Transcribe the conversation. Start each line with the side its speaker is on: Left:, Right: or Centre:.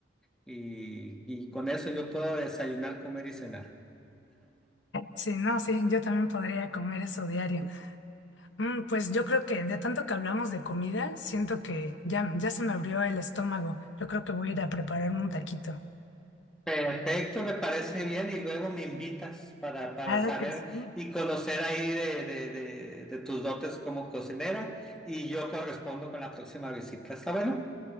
Centre: Y, y con eso yo puedo desayunar, comer y cenar.
Left: Sí, no, sí, yo también podría comer eso diario. Mm, pues yo creo que de tanto que hablamos de comida, siento que ya, ya se me abrió el estómago. Yo creo que voy a ir a prepararme un taquito.
Centre: Perfecto, me parece bien. Y luego me invitas para, para
Left: Claro
Centre: saber
Left: que sí.
Centre: y conocer ahí de, de, de, de tus dotes como cocinera. Y yo correspondo con la próxima visita. ¿Está bueno?